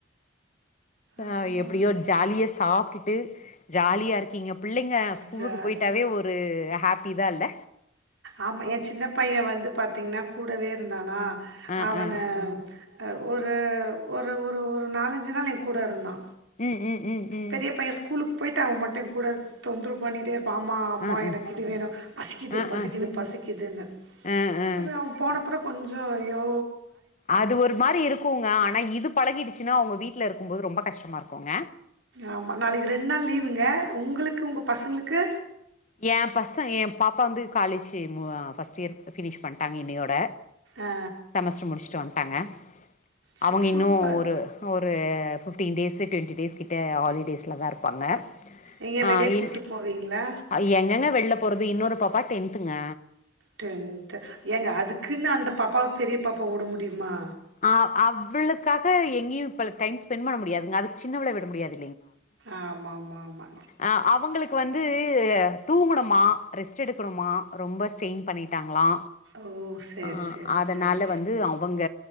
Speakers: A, on the right; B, on the left.
A: ஆமா
B: அ எப்டியோ
A: ஆமா
B: ஜாலியா சாப்ட்டுட்டு ஜாலியா இருக்கீங்க பிள்ளைங்க ஸ்கூலுக்கு
A: ஜாலியா
B: போயிட்டாவே ஒரு ஹாப்பி தா இல்ல
A: ஆமா ஏ சின்ன பைய வந் து பாத்தீங்கன்னா கூடவே இருந்தானா
B: ஆ
A: அவன
B: ஆ
A: ஒர் ஒரு ஒரு ஒரு ஒரு நாலஞ்சு நாள் என் கூட இருந்தா
B: ம் ம் ம் ம்
A: பெரியப்பைய ஸ்கூலுக்கு போய்ட்டு அவ மட்டு கூட தொந்துரவு பண்ணிட்டே பாமா அம்மா
B: ஆ ஆ
A: எனக்கு இது வேணோ பசிக்குது
B: ஆ
A: பசிக்குது
B: ஆ
A: பசிக்குதுன்னு
B: ஆ ஆ
A: அப்டியே அவ போனப்புறோ கொஞ்சோ அய்யோ
B: அது ஒரு மாரி இருக்குங்க ஆனா இது பழகிடுச்சுன்னா அவுங்க வீட்ல இருக்கும் போது ரொம்போ கஷ்டமா இருக்கோங்க
A: ஆமா நாளிக்கு ரெண்ட் நாள் லீவுங்க உங்குளுக்கு உங்க பசங்குளுக்கு
B: ஏ பசங் ஏ பாப்பா வந்து காலேஜு மு ஃபர்ஸ்ட் இயர் ஃபினிஷ் பண்ட்டாங்க இன்னியோட
A: ஆ.
B: செமஸ்ட்ரு முடிச்சுட்டு வந்ட்டாங்க
A: ச
B: அவங்க
A: சூப்பர்.
B: இன்னோ ஒரு ஒரு ஃபிஃப்டீன் டேஸு ட்டுவெண்ட்டி டேஸ் கிட்ட ஹாலிடேஸ் வீட்லதா இருப்பாங்க
A: எங்கேயா
B: ஆ
A: வெளிய
B: இ
A: கூட்டு போவீங்களா?
B: அ எங்கங்க வெள்ல போறது இன்னோரு பாப்பா டென்த்துங்க
A: டென்த் ஏங்க அதுக்குன்னு அந்த பாப்பாவ பெரிய பாப்பா உட முடியுமா
B: ஆ அவளுக்காக எங்கேயு இப்ப அதுக் டைம் ஸ்பெண்ட் பண்ண முடியாதுங்க அதுக் சின்னவள விட முடியாது
A: ஆமா ஆமா ஆமா
B: அ அவங்களுக்கு வந்து தூங்கணுமா ரெஸ்ட் எடுக்கணுமா ரொம்ப ஸ்ட்ரெயின் பண்ணிட்டாங்களா
A: ஓ சரி,
B: அ
A: சரி,
B: அதனால
A: சரி.
B: வந்து அவங்க